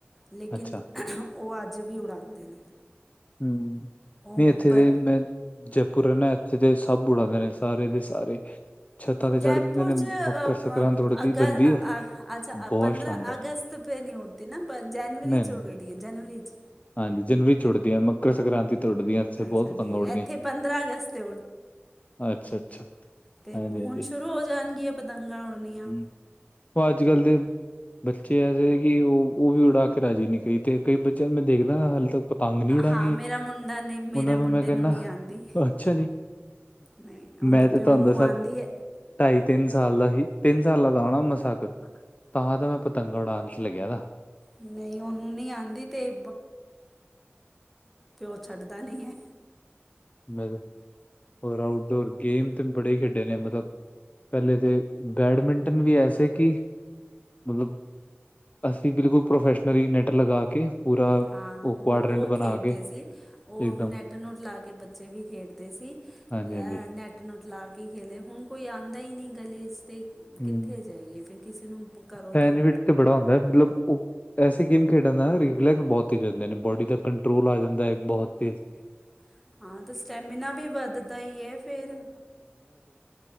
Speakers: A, in the centre; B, on the left.
A: ਲੇਕਿਨ
B: ਅੱਛਾ
A: ਖੋਂ ਖੋਂ, ਉਹ ਅੱਜ ਵੀ ਉਡਾਂਦੇ ਨੇ।
B: ਹੂੰ,
A: ਉਹ
B: ਨਹੀਂ ਇੱਥੇ
A: ਪਰ
B: ਤੇ, ਮੈਂ ਜਪ ਪੁਰੇ ਨੇ, ਇੱਥੇ ਤੇ ਸਭ ਉਡਾਂਦੇ ਨੇ ਸਾਰੇ ਦੇ ਸਾਰੇ। ਛੱਤਾਂ ਤੇ ਚੜ੍ਹ
A: ਜਇਪੁਰ'ਚ
B: ਜਾਂਦੇ ਨੇ
A: ਅ,
B: ਮੱਕਰ ਸੰਕਰਾਂਤ ਉਡਦੀ
A: ਅਗਸ--ਪੰਦਰਾਂ
B: ਬਣਦੀ ਹੈ ਬਹੁਤ ਸ਼ਾਨਦਾਰ
A: ਅਗਸਤ ਫਿਰ ਨੀ ਉੱਡਦੀ ਨਾ, ਜਨਵਰੀ'ਚ
B: ਨਹੀਂ ਨਹੀਂ
A: ਉੱਡਦੀ ਏ, ਜਨਵਰੀ'ਚ।
B: ਹਾਂਜੀ, ਜਨਵਰੀ'ਚ ਉੜ ਏ, ਮਕਰ ਸੰਕ੍ਰਾਂਤੀ ਤੇ ੳਡਦੀਆਂ, ਇੱਥੇ ਬਹੁਤ
A: ਅੱਛਾ ਨਹੀਂ
B: ਪਤੰਗਾ ਉੱਡਦੀਆਂ।
A: ਇੱਥੇ ਪੰਦਰਾਂ ਅਗਸਤ 'ਤੇ
B: ਅੱਛਾ -ਅੱਛਾ।
A: ਤੇ
B: ਹਾਂਜੀ ਹਾਂਜੀ
A: ਹੁਣ ਸ਼ੁਰੂ ਹੋ ਜਾਣਗੀਆਂ ਪਤੰਗਾਂ ਉੱਡਨੀਆਂ।
B: ਹੂੰ ਉਹ ਅੱਜ ਕੱਲ੍ਹ ਦੇ ਬੱਚੇ ਐਸੇ ਹੈ ਕਿ ਉਹ- ਉਹ ਵੀ ਉਡਾ ਕੇ ਰਾਜੀ ਨਹੀਂ। ਕਈ ਤੇ ਕਈ ਬੱਚਿਆਂ ਨੂੰ ਮੈਂ ਦੇਖਦਾ ਹਾਲੇ ਤੱਕ ਪਤੰਗ ਨਹੀਂ ਉਡਾਣੀ
A: ਹਾਂ
B: ਆਈ
A: ਮੇਰਾ ਮੁੰਡਾ ਨ, ਮੇਰੇ
B: ਉਹਨਾਂ
A: ਮੁੰਡੇ
B: ਮੈਂ ਕਹਿੰਦਾ
A: ਨੂੰ ਨਹੀਂ ਆਉਂਦੀ।
B: ਅੱਛਾ ਜੀ
A: ਨਹੀਂ, ੳਹਦੇ
B: ਮੈਂ ਤੇ
A: ਪਿਓ
B: ਤੁਹਾਨੂੰ
A: ਨੂੰ
B: ਦੱਸਾਂ
A: ਆਉਂਦੀ ਏ।
B: ਢਾਈ ਤਿੰਨ ਸਾਲ ਦਾ ਹੀ, ਤਿੰਨ ਸਾਲਾਂ ਦਾ ਆਉਣਾ ਮਸਾ ਕੁ ਤਾਂ ਤਾਂ ਮੈਂ ਪਤੰਗ ਉਡਾਉਣ ਚ' ਲੱਗਿਆ ਵਾ।
A: ਨਹੀਂ ਉਹਨੂੰ ਨਹੀਂ ਆਉਂਦੀ ਤੇ ਪਿਓ ਛੱਡਦਾ ਨਹੀਂ ਏ।
B: ਮੈਂ ਹੋਰ ਆਊਟਡੋਰ ਗੇਮ ਤੇ ਬੜੇ ਖੇਡੇ ਨੇ ਮਤਲਬ ਪਹਿਲੇ ਤੇ ਬੈਡਮਿੰਟਨ ਵੀ ਐਸੇ ਕਿ, ਮਤਲਬ ਅਸੀਂ ਬਿਲਕੁਲ ਪ੍ਰੋਫੈਸ਼ਨ ਮੇਰੀ ਨੈਟ ਲਗਾ ਕੇ, ਪੂਰਾ
A: ਹਾਂ
B: ਉਹ ਕੁਡਰੈਂਟ
A: ਉਹ
B: ਬਣਾ
A: ਖੇਡਦੇ
B: ਕੇ
A: ਸੀ ਉਹ
B: ਇੱਕਦਮ
A: ਨੈੱਟ -ਨੁੱਟ ਲਾ ਕੇ ਬੱਚੇ ਵੀ ਖੇਡਦੇ ਸੀ।
B: ਹਾਂਜੀ
A: ਨੈਟ
B: ਹਾਂਜੀ
A: ਨਟ- ਨੂੰਟ ਲਾ ਕੇ ਖੇਲੇ ਹੁਣ ਕੋਈ ਆਉਂਦਾ ਈ ਨਹੀਂ ਗਲੀ ਚ' ਤੇ
B: ਹੂੰ
A: ਕਿੱਥੇ ਜਾਈਏ ਫਿਰ? ਕਿਸੇ ਨੂੰ ਘਰੋਂ
B: ਬੈਨੀਫਿਟ
A: ਤੋਂ
B: ਤੇ ਬੜਾ ਹੁੰਦਾ ਮਤਲਬ ਉਹ ਐਸੇ ਗੇਮ ਖੇਡਣ ਦਾ ਰਿਲੈਕਸ ਬਹੁਤ ਹੀ ਜਾਂਦੇ ਨੇ ਬੋਡੀ ਦਾ ਕੰਟਰੋਲ ਆ ਜਾਂਦਾ ਏ ਬਹੁਤ ਹੀ।
A: <inaudible> ਹਾਂ। ਤੇ ਸਟੈਮੀਨਾ ਵੀ ਵੱਧਦਾ ਹੀ ਹੈ ਫੇਰ।